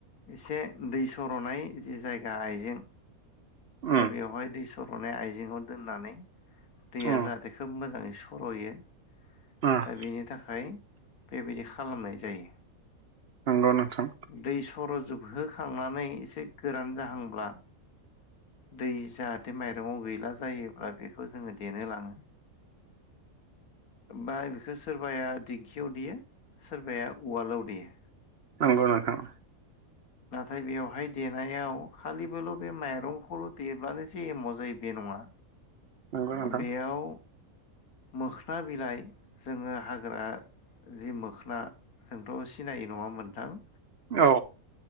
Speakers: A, on the left; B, on the right.
A: एसे दै सर'नाय जि जायगा आइजें
B: उम
A: दा बेवहाय दै सर'नाय आइजेंआव दोननानै दैया
B: उम
A: जाहाथे खोब मोजाङै स- फर'यो
B: अह
A: दा बेनि थाखाय बेबायदि खालामनाय जायो।
B: नोंगौ नोंथां।
A: दै सर जोबहोखांनानै एसे गोरान जाहांब्ला दै जाहाथे माइरङाव गैला जायोब्ला बेखौ जोङो देनो लाङो। बा बेखौ सोरबाया दिंखियाव देयो सोरबाया उवालाव देयो।
B: नोंगौ नोंथां।
A: नाथाय बेवहाय देनायाव खालिबोल बे माइरंखौल देब्लानोजे एमाव जायो बे नङा।
B: नंगौ
A: ओ
B: नोंथां
A: बेयाव मोखोना बिलाइ जोङो हाग्रा जि मोखोना। नोंथ सिनायै नङा नोंथां?
B: औ